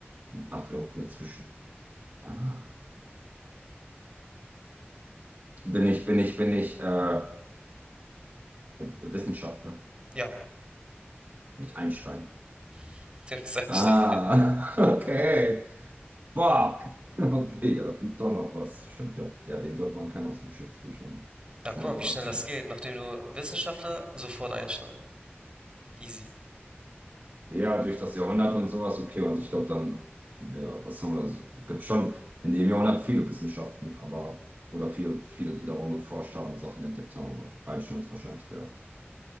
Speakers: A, on the right; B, on the right.
A: Ach, irgendwo dazwischen. Ah. Bin ich, bin ich, bin ich äh, Wissenschaftler?
B: Ja,
A: Bin ich Einstein?
B: <laughs> der ist Einstein.
A: Ah, <laughs> okay. Boah, <laughs> okay, ja, da liegt doch noch was. Stimmt ja. Ja, den sollte man kennen aus den Geschichtsbüchern schon
B: Ja, guck mal,
A: mal gehört
B: wie schnell das
A: haben.
B: geht. Nachdem du Wissenschaftler, sofort Einstein. Easy.
A: Ja, durch das Jahrhundert und sowas, okay. Und ich glaube dann, ja, was haben wir? Es gibt schon in dem Jahrhundert viele Wissenschaften, aber, oder viele, viele, die darum geforscht haben und Sachen entdeckt haben. Aber Einstein ist wahrscheinlich der,